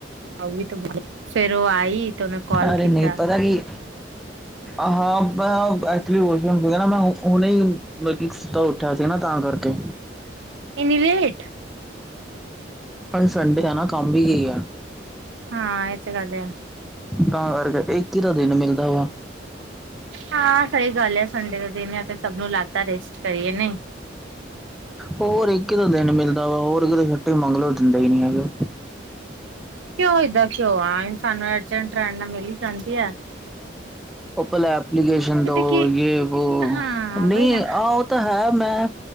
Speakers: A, on the right; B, in the centre.
A: ਉਹ ਵੀ ਬਹੁਤ, ਫੇਰ ਉਹ ਆਈ ਤੇ ਉਹਨੇ ਕਾਲ
B: ਅਰੇ
A: ਕੀਤਾ
B: ਨਹੀਂ, ਪਤਾ ਕੀ, ਅ-ਹਾਂ ਮੈਂ ਓਹ ਐਕਚੁਲੀ ਵੌਸ਼ਰੂਮ ਸੀਗਾ ਨਾ, ਮੈਂ ਹੁਣੇ ਈ ਮਲਕੀ ਸੁੱਤਾ ਉੱਠਿਆ ਸੀਗਾ ਨਾ, ਤਾਂ ਕਰਕੇ
A: ਇੰਨੀ ਲੇਟ।
B: ਅੱਜ ਸੰਡੇ ਆ ਨਾ, ਕੰਮ ਵੀ ਕੀ ਆ।
A: ਹਾਂ ਏ ਤੇ ਗੱਲ ਆ।
B: ਤਾਂ ਕਰਕੇ ਇੱਕ ਈ ਤਾ ਦਿਨ ਮਿਲਦਾ ਵਾ।
A: ਹਾਂ ਸਹੀ ਗੱਲ ਐ ਸੰਡੇ ਦਾ ਦਿਨ ਏ ਤੇ ਸਭ ਨੂੰ ਲੱਗਦਾ ਰੈਸਟ ਕਰੀਏ ਨਈ।
B: ਹੋਰ ਇੱਕ ਈ ਤਾਂ ਦਿਨ ਮਿਲਦਾ ਵਾ, ਹੋਰ ਇਧਰੋਂ ਛੁੱਟੀ ਮੰਗਲੋ ਦਿੰਦੇ ਈ ਨੀ ਹੈਗੇ।
A: ਕਿਉਂ ਏਦਾਂ ਕਿਓ ਆ, ਸਾਨੂੰ ਅਰਜੈਂਟ ਰਹਿਣ ਨਾਲ ਮਿਲ ਈ ਜਾਂਦੀ ਐ।
B: ਉਹ ਪੈਲਾਂ ਐਪਲੀਕੇਸ਼ਨ ਦੋ,
A: ਕੀ
B: ਯੇ‌ ਵੋ, ਉਹੋ।
A: ਹਾਂ
B: ਨਹੀਂ
A: ਵਹੀ ਨਾ
B: ਆ-ਓ ਤਾਂ ਹੈ, ਮੈਂ